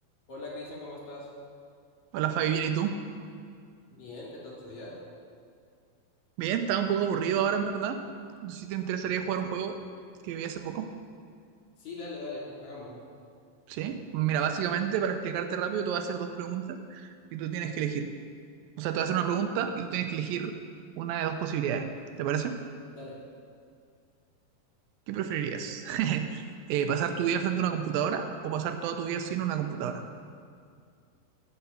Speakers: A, on the left (about 55°); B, on the right (about 80°).
A: Hola Cristian, ¿cómo estás?
B: Hola Fabi, bien, ¿y tú?
A: Bien, ¿qué tal tu día?
B: Bien, estaba un poco aburrido ahora en verdad. No sé si te interesaría jugar un juego que vi hace poco.
A: Sí, dale, dale, hagámoslo.
B: ¿Sí? Mira, básicamente para explicarte rápido, te voy a hacer dos preguntas y tú tienes que elegir. O sea, te voy a hacer una pregunta y tú tienes que elegir una de dos posibilidades. ¿Te parece?
A: Dale.
B: ¿Qué preferirías? <laughs> Eh, ¿pasar tu vida frente a una computadora o pasar toda tu vida sin una computadora?